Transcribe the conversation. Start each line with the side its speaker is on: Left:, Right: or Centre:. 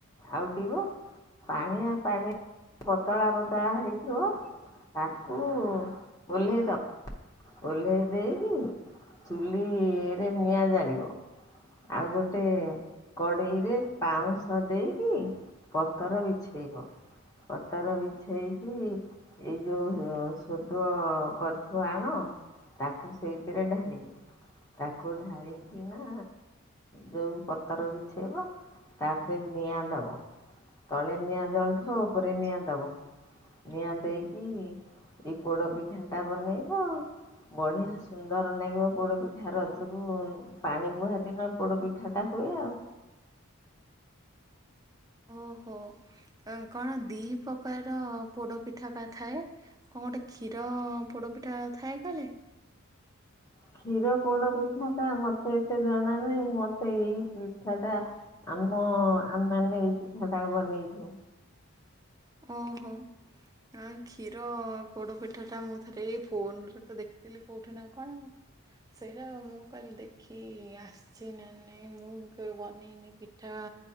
Left: ଆଉଟିବ ପାଣିଆ ପାଣିଆ ପତଳା ପତଳା ହେଇଥିବ, ତାକୁ ଓହ୍ଲାଇଦବ। ଓହ୍ଲାଇ ଦେଇକି ଚୁଲିରେ ନିଆଁ ଜାଳିବ। ଆଉ ଗୋଟେ କଡ଼େଇରେ ପାଉଁଶ ଦେଇକି, ପତର ବିଛେଇବ। ପତର ବିଛେଇକି ଏଇ ଯୋଉ ଶୋଦଅ କରିଥିବ ଆଣ ତାକୁ ସେଇଥିରେ ଢାଳିବ। ତାକୁ ଢାଳି ନା ଯୋଉଁ ପତର ବିଛେଇବ। ତାପରେ ନିଆଁ ଦବ। ତଳେ ନିଆଁ ଜଳଥିବ ଉପରେ ନିଆଁ ଦବ। ନିଆଁ ଦେଇକି ଏଇ ପୋଡ଼ପିଠାଟା ବନେଇବ। ବଢ଼ିଆ ସୁନ୍ଦର ଲାଗିବ ପୋଡ଼ପିଠା ରଜକୁ ପାଣି ବୁହା ଦିନ ପୋଡ଼ପିଠାଟା ହୁଏ ଆଉ।
Right: ଓହୋ ଅଁ କଣ ଦି ପ୍ରକାରର ପୋଡ଼ପିଠା ପା ଥାଏ। କଁ ଗୋଟେ କ୍ଷୀର ପୋଡ଼ପିଠା ଥାଏ କହିଲେ।
Left: କ୍ଷୀର ପୋଡ଼ପିଠାଟା ମତେ ଏତେ ଜଣା ନାହିଁ। ମୋତେ ଏଇ ପିଠାଟା ଆମ ଆମେମାନେ ଏଇ ପିଠାଟା ବନେଇଚୁ।
Right: ଓହୋ ହଁ କ୍ଷୀର ଆଁ ପୋଡପିଠାଟା ମୁଁ ଥରେ ଏ ଫୋନରେ ତ ଦେଖିଥିଲି କୋଉଠି ନାଁ କଣ। ସେଇଟା ମୁଁ କହିଲି ଦେଖି ଆସିଚି ନାଁ ନାଇଁ ମୁଁ କେବେ ବନେଇନି ପିଠା